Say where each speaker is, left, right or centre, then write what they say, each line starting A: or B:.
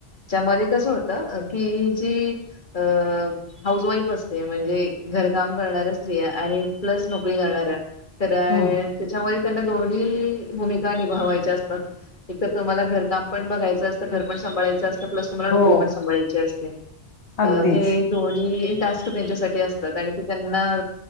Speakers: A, on the left; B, on the left.
A: मध्ये कस होत की जी अ हऊस वाईफ असते म्हणजे घर काम करणाऱ्या आणि प्लसनोकरी करणार त्याच्या
B: हम्म
A: मध्ये त्यांना दोन्ही भूमिका निभावायच्या असतात. एक तर तुम्हाला घरकाम पण बघायचं असं घर पण सांभाळायचं असतं. प्लस तुम्हाला
B: हो
A: नोकरी पण सांभाळायची असते
B: अगदीच
A: हे दोन्ही. टास्क त्यांच्यासाठी असतात आणि ते त्यांना